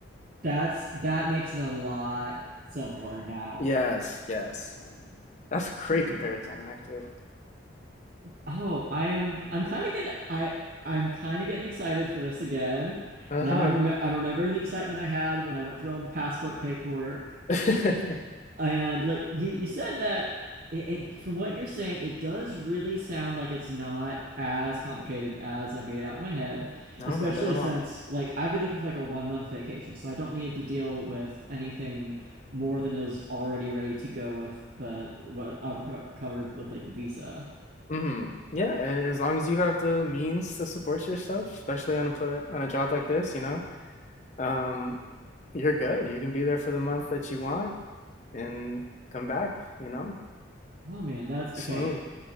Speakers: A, on the right; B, on the left.
A: That's that makes it a lot simpler now.
B: Yes, yes. That's a great comparison, actually.
A: Oh, I am I'm kind of getting I I'm kind of getting excited for this again.
B: Uh-huh.
A: Now I'm rem I'm remembering the excitement I had when I went through all the passport paperwork.
B: <laughs>
A: And like you you said that it, it from what you're saying, it does really sound like it's not as complicated as I've made it out in my head,
B: No,
A: especially
B: not at all.
A: since like I'd be looking for like a one month vacation, so I don't need to deal with anything more than is already ready to go with the what I've co- covered with like the visa.
B: hmm Yeah, and as long as you have the means to support yourself, especially on a pla on a job like this, you know, um, you're good. You can be there for the month that you want and come back, you know,
A: Oh man, that's
B: smooth.
A: okay.